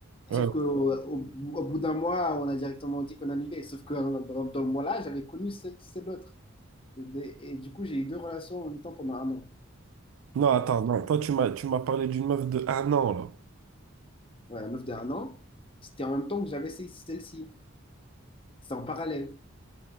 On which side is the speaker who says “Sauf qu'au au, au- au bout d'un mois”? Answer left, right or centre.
Left